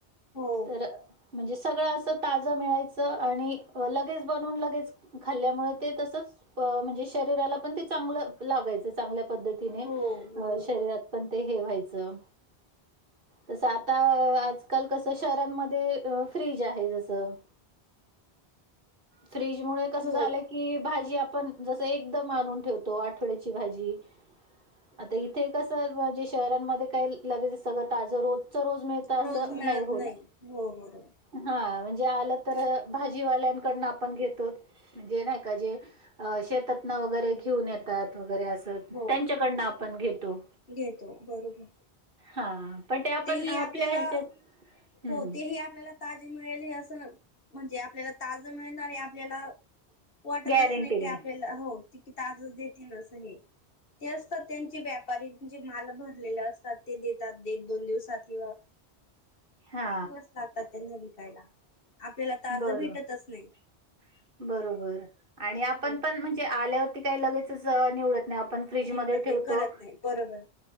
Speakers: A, on the left; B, on the right.
A: हो
B: तर म्हणजे सगळं असं ताजं मिळायचं आणि लगेच बनून लगेच. खाल्ल्यामुळे ते तसच म्हणजे शरीराला पण ते चांगलं लागायचं चांगल्या पद्धती तिने
A: हो बरोबर
B: अ शरीरात पण ते हे व्हायचं तसं आता आज काल कस शहरांमध्ये फ्रीज आहे जसं फ्रीजमुळे कस
A: हो.
B: झालंय कि भाजी आपण जसं एकदम आणून ठेवतो आठवड्याची भाजी. आता इथे कसं म्हणजे शहरांमध्ये काही लगेचं सगळं ताजं रो रोज मिळत असं
A: रोज मिळत
B: नाही होत.
A: हो बरोबर
B: हा म्हणजे आलं तर भाजीवाल्यांकडून आपण घेतो. म्हणजे नाही का जे शेतातन वगैरे घेऊन येतात वगैरे अस.
A: हो
B: त्यांच्याकडन आपण घेतो.
A: घेतो, बरोबर.
B: हा पण ते आपण
A: तेही
B: आपल्या
A: आपल्याला
B: ह्याच्यात हम्म
A: हो तेही आपल्याला ताजे मिळेल असं म्हणजे आपल्याला ताजं मिळणार आणि आपल्याला वाटतच
B: गॅरंटीने
A: नाही ते आपल्याला हो ते की ताजच देतीले असं नाही. ते असतात त्यांचे व्यापारी जे माल भरलेले असतात ते देतात एक दोन दिवसात किंवा
B: हा
A: किती दिवस लागतात त्यांना विकायला आपल्याला ताज
B: बरोब
A: भेटतच नाही.
B: बरोबर आणि आपण
A: हो.
B: पण म्हणजे आल्यावरती काही लगेचच निवडत नाही आपण फ्रीजमध्ये
A: निवडत
B: ठेवतो.
A: नाही करत नाही बरोबर